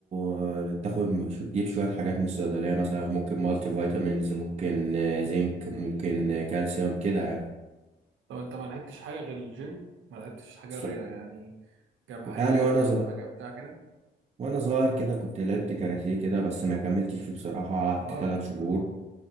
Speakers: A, on the right (about 35°); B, on the right (about 75°).
A: آه، تاخد مش- تجيب شوية حاجات من الصيدلية مثلا ممكن مالتي فيتامينز ممكن آه، زنك ممكن آه، كالسيوم كده يعني
B: طب انت ما لعبتش حاجه غير الجيم ما لعبتش حاجه
A: بس-
B: رياضه يعني جماعية
A: يعني وانا صغير
B: حاجة بتاع كده
A: وانا صغير كده كنت لعبت كاراتيه كده بس ما كملتش فيه بصراحة قعدت
B: برضه
A: ثلاث شهور
B: مم.